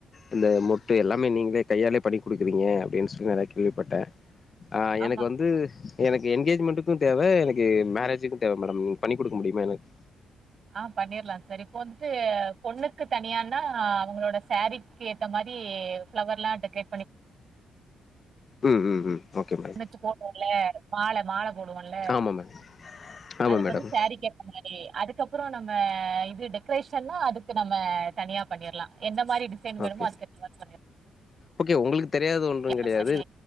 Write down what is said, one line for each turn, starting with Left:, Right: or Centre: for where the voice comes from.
Left: இந்த மொட்டு எல்லாமே நீங்களே கையாலே பண்ணி குடுக்குறீங்க அப்படின்னு சொல்லி நெறைய கேள்விப்பட்டே ஆ
Right: ஆமா
Left: எனக்கு வந்து எனக்கு என்கேஜ்மெண்ட்டுக்கு தேவை எனக்கு மேரேஜுக்கு தேவை மேடம் நீங்க பண்ணி குடுக்க முடியுமா எனக்கு
Right: ஆ பண்ணிர்லாம் சரி இப்போ வந்துட்டு பொண்ணுக்கு தனியானா அவங்களோட ஷேரி க்கு ஏத்த மாரி பிளவர்லா டெக்ரேட் பண்ணி
Left: ம் ம் ம் ஓகே மே
Right: ச்சு போடுவோம்ல மால மால போடுவோன்ல
Left: ஆமா மேடம் ஆமா
Right: அதுக்கு
Left: மேடம்
Right: வந்து சேரீ கேப்பாங்க அதுக்கப்றோ நம்ம இது டெக்கரேஷா அதுக்கு நம்ம தனியா பண்ணிர்லா எந்த மாரி டி ணு வேணுமா
Left: ஓகே
Right: அதுக்கேத்த மாரி பண்ணிரு
Left: ஓகே உங்குளுக்கு தெரியாதது ஒன்றும்
Right: கேக்குற
Left: கெடையாது
Right: மாரி